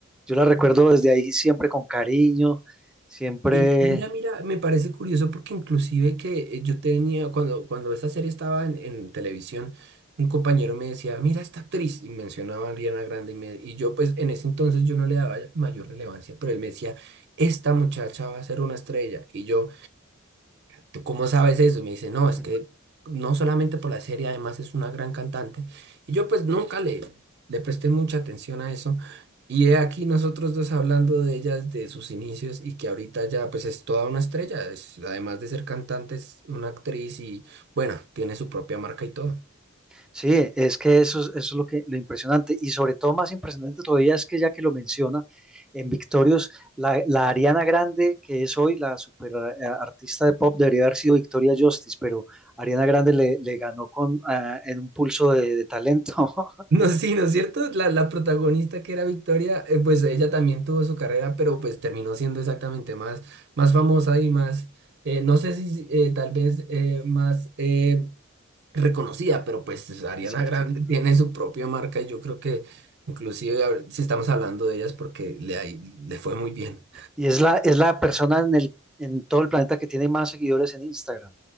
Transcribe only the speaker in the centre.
Yo la recuerdo desde ahí siempre con cariño, siempre.
<laughs>
Sí, es que eso, es- eso es lo que lo impresionante y sobre todo más impresionante todavía es que ya que lo menciona en Victorious, la, la Ariana Grande que es hoy la super eh, artista de pop debería haber sido Victoria Justice, pero Ariana Grande le, le ganó con ah, en un pulso de, de talento. <laughs>
Exacto.
Y es la es la persona en el en todo el planeta que tiene más seguidores en Instagram.